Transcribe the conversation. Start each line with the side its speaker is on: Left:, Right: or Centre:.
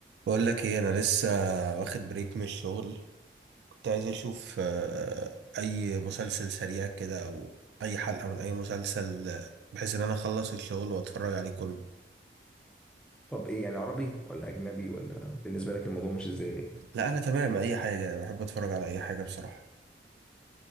Right: بقول لك ايه انا لسه واخد بريك من الشغل كنت عايز اشوف آه، اي مسلسل سريع كده او اي حلقة من اي مسلسل آه، بحيث ان انا اخلص الشغل واتفرج عليه كله
Centre: طب ايه يعني عربي ولا اجنبي ولا بالنسبه لك الموضوع مش ازاي
Right: لا انا تمام اي حاجة بحب اتفرج على اي حاجة بصراحة